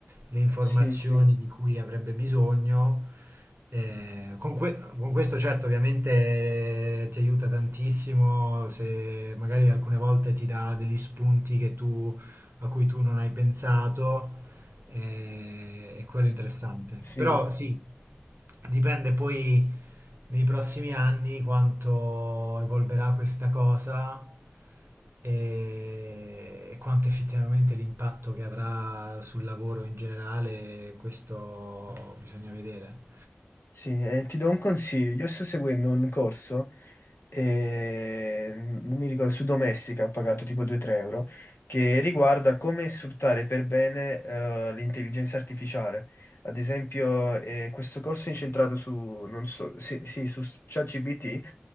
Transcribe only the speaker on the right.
le informazioni
di cui avrebbe bisogno. Eh, con, que- con questo certo ovviamente eh, ti aiuta tantissimo se magari alcune volte ti dà degli spunti che tu, a cui tu non hai pensato e, e quello è interessante.
Però sì, dipende poi nei prossimi anni quanto evolverà questa cosa e, e quanto effettivamente l'impatto che avrà sul lavoro in generale, questo bisogna vedere.